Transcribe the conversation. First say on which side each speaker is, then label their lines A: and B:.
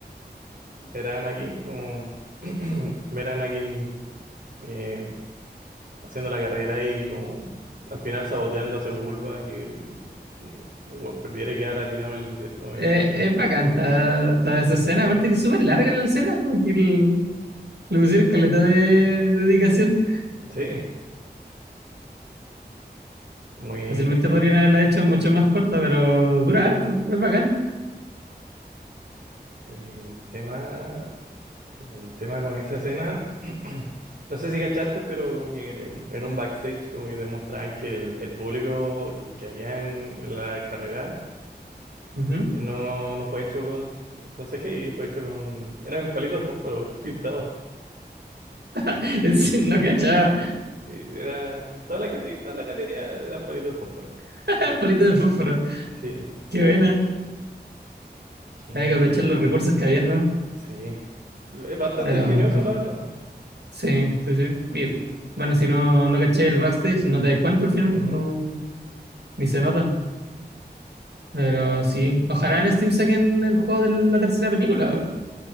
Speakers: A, on the right (about 60°); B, on the right (about 80°).
A: ver a Anakin como, <clears throat> ver a Anakin eh, haciendo la carrera y como al final saboteando a ese Bulba y que el bueno, perdiera y quedara tirado en el desierto me
B: Eh,
A: pareció muy
B: es
A: chistoso.
B: bacán ta- toda esa escena, aparte que es súper larga la escena, porque el- le pusieron caleta de dedicación.
A: Sí, muy,
B: Fácilmente
A: muy bacán.
B: podrían haberla hecho mucho más corta, pero dura harto, es bacán.
A: El tema. El tema con esa escena, <clears throat> no sé si cachaste, pero como que en, en un backstage como que demostraban que el, el público que había en, en la carrera
B: Ujú.
A: eh, no, no fue hecho con, C- con CGI, fue hecho con... Eran palitos de fósforo <laughs> pintados.
B: <laughs> Es- no cachaba,
A: Sí, era, toda la gente que estaba en la galería eran palitos de fósforo.
B: <laughs> palito de fósforo,
A: Sí,
B: qué buena.
A: y,
B: Hay que aprovechar los recursos que había, ¿no?
A: sí. Es bastante
B: Pero
A: ingenioso, la verdad.
B: Sí, sí, sí. Y bueno, si no, no caché el backstage, no te das cuenta al final,
A: Ujú.
B: pues no, ni se nota. Pero
A: Oh,
B: sí, ojalá en Steam saquen el juego de la tercera película.